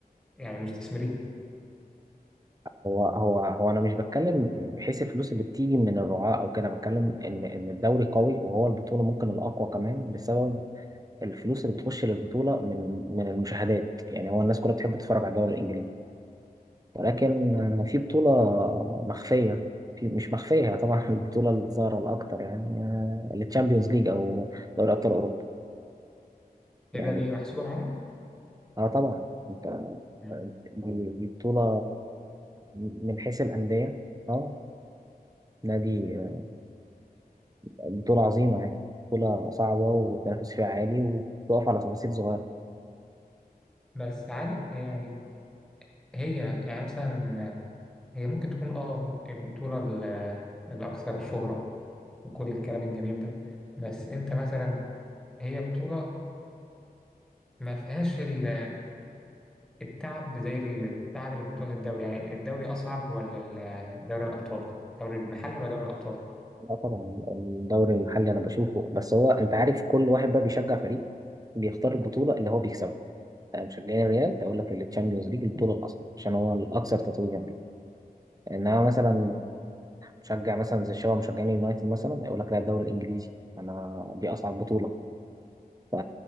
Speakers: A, in the centre; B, on the right (about 25°).
A: يعني مستثمرين
B: هو هو هو أنا مش بتكلم بحيث الفلوس اللي بتيجي من الرعاة أو كده أنا بتكلم إن إن الدوري قوي وهو البطولة ممكن الأقوى كمان بسبب الفلوس اللي بتخش للبطولة من من المشاهدات يعني هو الناس كلها بتحب تتفرج على الدوري الإنجليزي ولكن آه، في بطولة مخفية في مش مخفية هي طبعا <laughs> البطولة الظاهرة الأكتر يعني آه، التشامبيونز ليج أو دوري أبطال أوروبا
A: كده
B: يعني
A: دي محسوبه معانا
B: اه طبعا انت
A: مم.
B: دي دي بطولة من حيث الأندية اه نادي آه، بطولة عظيمة يعني بطولة صعبة والتنافس فيها عالي وبتقف على تفاصيل صغيرة
A: بس عارف يعني هي يعني مثلا آه، هي ممكن تكون اه البطولة ال- الأكثر شهرة وكل الكلام الجميل ده بس أنت مثلا هي بطولة ما فيهاش ال- التعب زي التعب اللي في بطولة الدوري يعني الدوري أصعب ولا ال- دوري الأبطال؟ دوري المحلي ولا دوري الأبطال؟
B: لا طبعا الدوري المحلي أنا بشوفه بس هو أنت عارف كل واحد بقى بيشجع فريق بيختار البطولة اللي هو بيكسبها آه، مشجعين الريال هيقول لك التشامبيونز ليج البطوله الاصل عشان هو الاكثر تتويجا بيه انما مثلا مشجع مثلا زي الشباب مشجعين اليونايتد مثلا هيقول لك لا الدوري الانجليزي انا دي اصعب بطوله ف...